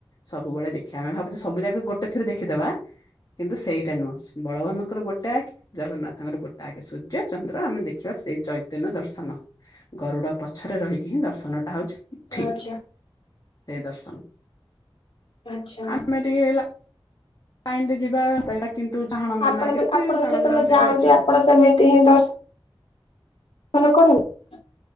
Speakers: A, on the left; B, on the left.
A: ସବୁବେଳେ ଦେଖିବା ଆମେ ଭାବୁଛେ ସବୁ ଜାଗା ଗୋଟେ ଥରେ ଦେଖିଦବା କିନ୍ତୁ ସେଇଟା ନୁହଁ ବଳବାନଙ୍କର ଗୋଟେ ଆଖି ଜଗନ୍ନାଥଙ୍କର ଗୋଟେ ଆଖି ସୂର୍ଯ୍ୟ ଚନ୍ଦ୍ର ଆମେ ଦେଖିବା ସେଇ ଚୈତନ୍ୟ ଦର୍ଶନ ଗରୁଡ ପଛରେ ରହିକି ହିଁ ଦର୍ଶନ ଟା ହଉଛି ଠିକ୍
B: ଆଚ୍ଛା
A: ସେ ଦର୍ଶନ।
B: ଆଚ୍ଛା।
A: ଆମେ ଟିକେ ଲାଇନ ରେ ଯିବା ପାଇବା କିନ୍ତୁ ଡାହାଣ ମେନା
B: ଆପଣ
A: କେତେ
B: ବି ଆପଣ
A: ଶାଳଗ୍ରାମ
B: ବି ଯେତେବେଳେ
A: ସେଠି
B: ଜାଣନ୍ତି
A: ଅଛନ୍ତି।
B: ଆପଣ ସେମିତି ହିଁ ଦର୍ଶ ଶଣୁ କଣ ହେଲା?